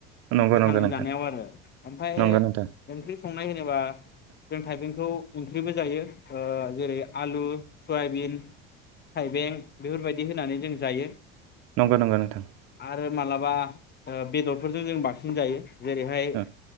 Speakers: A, on the right; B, on the left.
A: अ नंगौ
B: गोथाङै
A: नंगौ नोंथां
B: जानायाव आरो ओमफ्राय
A: नंगौ नोंथां
B: ओंख्रि संनाय होनोबा जों थाइबेंखौ ओंख्रिबो जायो जेरै आलु सयाबिन थाइबें बेफोरबायदि होनानै जों जायो
A: नंगौ नंगौ नोंथां
B: आरो मालाबा बेदरफोरजों जों बांसिनजायो जेरैहाय
A: अ